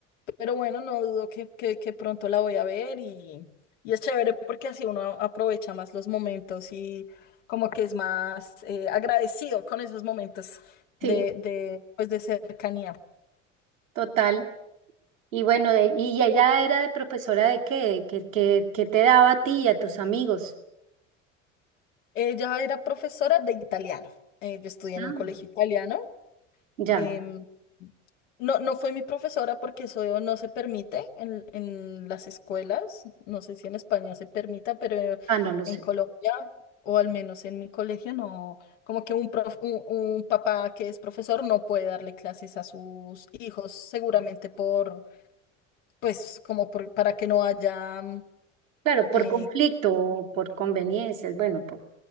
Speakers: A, on the left; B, on the right.
A: pero bueno, no dudo que, que, que pronto la voy a ver y, y es chévere porque así uno a- aprovecha más los momentos y como que es más eh, agradecido con esos momentos
B: Sí,
A: de, de, pues, de cercanía.
B: total. Y bueno, de- ¿y ella era de profesora de qué? ¿Qué, qué, qué te daba a ti y a tus amigos?
A: Ella era profesora de italiano. Eh, yo estudié en
B: Ah,
A: un colegio italiano.
B: ya.
A: Em, no, no fue mi profesora porque eso no se permite en, en las escuelas. No sé si en España se permita, pero
B: Ah, no lo
A: en
B: sé.
A: Colombia, o al menos en mi colegio, no, como que un, prof- un, un papá que es profesor no puede darle clases a sus hijos, seguramente por, pues, como por- para que no haya
B: Claro, por
A: eh,
B: conflicto o por conveniencias, bueno, por...